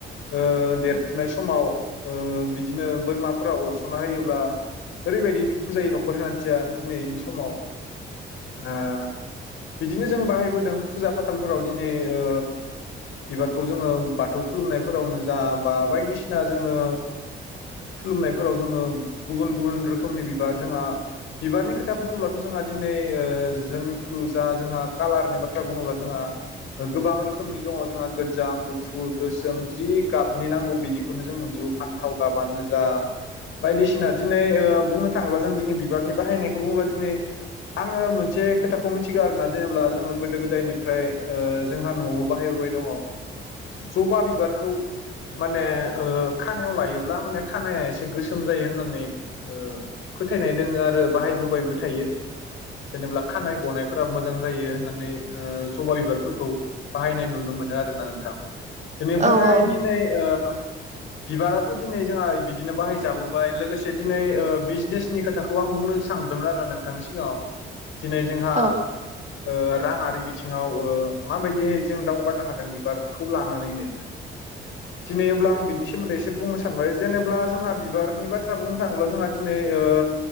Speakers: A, on the left; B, on the right.
A: ओ देरफुनाय समाव ओ बिदिनो बोरमाफोरा अरसनना होयोब्ला ओरैबायदि दुखु जायो नखरनि मानसिया दिनैनि समाव आ बिदिनो जों बाहायबोदों फुजा फाथालफोराव दिनै ओ बिबारखौ जोङो बाथौ खुलुमनायफोरावनो जा बा बायदिसिना जोङो खुलुमनायफोराव जोङो गुबुन गुबुन रोखोमनि बिबार जोंहा बिबारनि खोथा बुङोब्लाथ जोंहा दिनै ओ जोंखो दा जोंहा कालारनि बाथ्रा बुङोबा जोंहा गोबां रोखोमनि दङ जोंहा गोजा गुफुर गोसोम जि गाबनि नांगौ बिदिखौनो जों मोनजोबो फान्थाव गाबानो जाअ बायदिसिना दिनै बुंनो थाङोब्ला जों दिनै बिबारनि बाहायनायखौ बुङोब्ला दिनै आङो मोनसे खोथाखौ सिगां जेनब्ला जोङो गोदो गोदायनिफ्राय जोंहा नआव बाहायबोबाय दङ जबा बिबारखौ माने ओ खानायाव लायोब्ला माने खानाया एसे गोसोम जायो होननानै ओ फोथायनाय दोंङो आरो बाहायबोबायबो थायो जेनब्ला खानाय गनाय फोरा मोजां जायो होननानै ओ जबा बिबारफोरखौ बाहायनाय नुनो मोनो आरो ना नोंथां । बेनिफ्राय
B: औ औ
A: दिनै ओ ओह बिबाराथ' दिनै जोंहा बिदिनो बाहाय जाबोबाय लोगोसे दिनै ओ बिजनेसनि खोथाखौ आं बुंनो सानदोंमोन आरो नोंथांनि सिगाङाव दिनै जोंहा
B: औ
A: ओ राङारि बिथिङाव ओ माबायदिहै जों दावगानो हादों बिबारखौ लानानैनो दिनै अब्ला आं बिनि सोमोन्दै एसे बुंनो सानबाय जेनेब्ला जोंहा बिबारनि बाथ्रा बुंनो थाङोब्ला जोंहा दिनै ओ